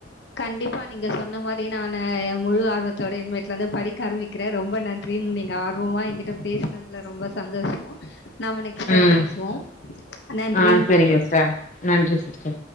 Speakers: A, on the left; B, on the left.
A: கண்டிப்பா நீங்க சொன்ன மாரி நானு என் முழு ஆர்வத்தோட இன்மேட்ல இருந்து படிக்க ஆரம்பிக்கிறே ரொம்ப நன்றின்னு நீங்க ஆர்வமா என்கிட்ட பேசினதுல ரொம்ப சந்தோஷோ நாம நெக்ஸ்ட் டைம்
B: ம்
A: பேசுவோம் நன்றி
B: ஆ சரிங்க சிஸ்டர் நன்றி சிஸ்டர்